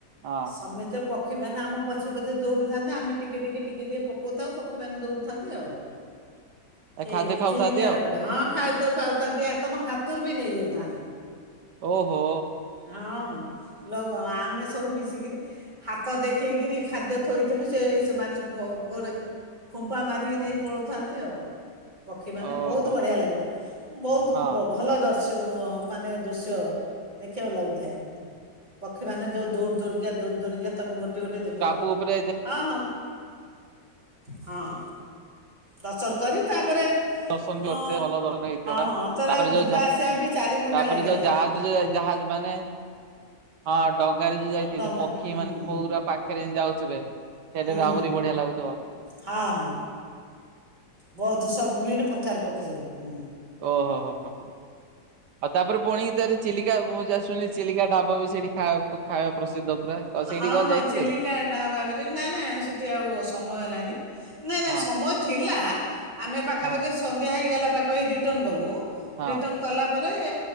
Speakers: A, on the right (about 75°); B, on the right (about 25°).
A: ହଁ
B: ସମେତ ପକ୍ଷୀ ଆମ ପଛେ ପଛେ ଦୌଡୁଥାନ୍ତେ ଆମେ ଟିକେ ଟିକେ ଟିକେ ଟିକିେ ପକଉଥାଉ ପକ୍ଷୀମାନେ ଦୌଡ଼ଥାନ୍ତି ଆଉ ସେ
A: ଏ ଖାଦ୍ୟ ଖାଉଥାନ୍ତି
B: ଚିଲିକା ର
A: ଆଉ
B: ଗୋଟେ ହଁ ଖାଦ୍ୟ ଖାଉଥାନ୍ତି ତମ ହାତରୁ ବି ନେଇଯାଉଥାନ୍ତି।
A: ଓ ହୋ
B: ହଁ ହଁ ଆମେ ସବୁ ମିଶିକରି ହାତ ଦେଖେଇକରି ଖାଦ୍ୟ ଥୋଇଥିଲୁ ସେମାନେ ଗୋରେ ଖୁମ୍ପା ମାରିକି ନେଇ ପଳଉଥାନ୍ତି ଆଉ। ପକ୍ଷୀମାନୋନ
A: ଓହୋ
B: ବହୁତ ବଢ଼ିଆ ଲାଗେ ତ ବହୁତ
A: ହଁ
B: ଭଲ ଦର୍ଶ ମାନେ ଦୃଶ୍ୟ ଦେଖିବାକୁ ଲାଗୁଥାଏ ପକ୍ଷୀ ମାନେ ଯୋଉ ଦୂର ଦରିକ ଦୁରିକା ତୁମେ ଗୋଟିଏ ଗୋଟେ ଦେଖଥ
A: ଟାପୁ ଉପରେ ଯାଇଥିଲେ
B: ହଁ ହଁ ହଁ। ରଚନ କରି ତାପରେ
A: ଦର୍ଶନ
B: ହଁ
A: ବି ଅଛ ଭଲ ଦର୍ଶନ ହେଇଥିବ
B: ହଁ ତାର
A: ତାପରେ ଯୋଉ
B: ଯିବା ଆସିବା ବି ଚାରି ଘଣ୍ଟା
A: ତାପରେ
B: ଲାଗିଗଲା।
A: ଯୋଉ ଜାହାଜ ଯୋଉ
B: ହୁଁ
A: ଜାହାଜ ମାନେ ହଁ। ଡଙ୍ଗାରେ ଜଉ ଯାଇଛି
B: ଡଙ୍ଗା
A: ପକ୍ଷୀ
B: ହୁଁ
A: ମାନେ
B: ହୁଁ।
A: ପଉା ପାଖରେ ଯାଉ ଥିବେ। ସେଟ
B: ହୁଁ
A: ବି
B: ହୁଁ
A: ଆହୁରି ବଢିଆ ଲାଗୁଥିବ।
B: ହଁ ହଁ ବହୁତ ତ ସବୁ ବିଭିନ୍ନ ପ୍ରକାର ପକ୍ଷୀ ଯାଉ। ହଁ।
A: ଓ ହୋ ହୋ। ଆଉ ତାପରେ ପୁଣି ତାରି ଚିଲିକା ମୁଁ ଯାହା ଶୁନିଛି ଚିଲିକା ଢାବ ବି ସେଠି ଖ ଖାଇବା ପ୍ରସିଦ୍ଧ। ପୁରା। ତ ସେଇଠି
B: ହଁ
A: କଣ
B: ହଁ
A: ଯାଇଥିଲେ
B: ଚିଲିକାଟା ଭପ ନାଇଁ ନାଇଁ ସେଠି ଆଉ ସମୟ ହେଲାନି ନାଇଁ ନାଇଁ
A: ହଁ
B: ସମୟ ଥିଲା। ଆମେ ପାଖାପାଖି
A: ହଁ
B: ସନ୍ଧ୍ୟା ହେଇଗଲା। ପାଖା ପାଖି ରିଟର୍ନ ଗଲୁ।
A: ହଁ
B: ରିଟର୍ଣ କଲା ପରେ